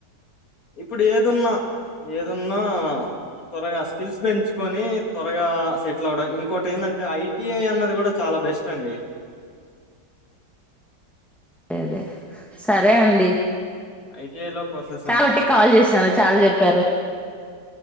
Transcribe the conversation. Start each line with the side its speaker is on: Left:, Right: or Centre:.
Left: ఇప్పుడు ఏదున్నా ఏదున్నా త్వరగా స్కిల్స్ పెంచుకొనీి త్వరగా సెటిల్ అవ్వడం ఇంకోటి ఏందంటే ఐటిఐ అన్నది కూడా చాలా బెస్ట్ అండి
Centre: అదే సరే అండి
Left: ఐటిఐ లో కోర్సెస్
Centre: చాల
Left: ఉంటాయి
Centre: ట్టి కాల్ చేశారు చాల్ చెప్పారు